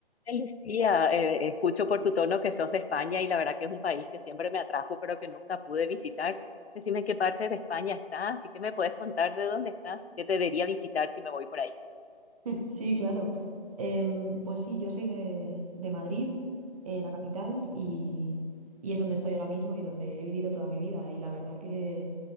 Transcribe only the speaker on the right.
Sí, claro. Em, pues sí, yo soy de, de Madrid, eh, la capital, y, y es donde estoy ahora mismo y donde he vivido toda mi vida. Y la verdad que,